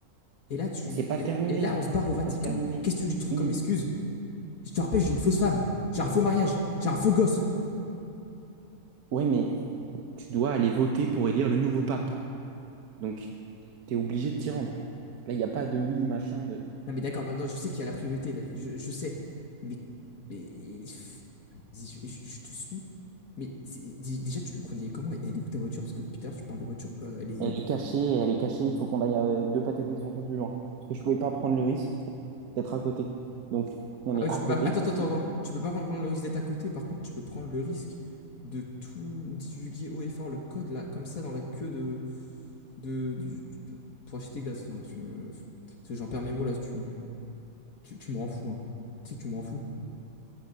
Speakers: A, on the left; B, on the right.
A: Et là, tu...
B: Et c'est pas
A: et
B: terminé.
A: et là, on se barre au
B: C'est
A: Vatican.
B: pas terminé.
A: Qu'est-ce que tu lui trouves
B: Oui,
A: comme excuse? Je te rappelle, j'ai une fausse femme. J'ai un faux mariage. J'ai un faux gosse.
B: ouais, mais tu dois aller voter pour élire le nouveau pape. Donc, t'es obligé de t'y rendre. Là, il n'y a pas de oui, machin, de...
A: Non, mais d'accord, non, non, je sais qu'il y a la priorité. Je, je sais. Mais, mais- Je, je- je te suis. Mais c'est- dé- déjà, tu veux qu'on y aille comment? Elle est où ta voiture? Parce que depuis tout à l'heure, tu parles de voiture. Euh, elle est.
B: Elle est cachée, elle est cachée, il faut qu'on aille euh, deux pâtés de maison un peu plus loin. Parce que je
A: comment-
B: pouvais pas prendre le risque d'être à côté. Donc, on
A: Ah
B: est
A: oui,
B: à
A: tu
B: côté,
A: peux pas. Attends,
B: de toute
A: attends,
B: façon.
A: attends. attends. Tu peux pas prendre le risque d'être à côté. Par contre, tu peux prendre le risque de tout divulguer haut et fort le code, là, comme ça, dans la queue de. de, du- pour acheter glace. Enfin, je, je- parce que j'en perds mes mots là, tu, tu, tu me rends fou. hein. Tu sais que tu me rends fou.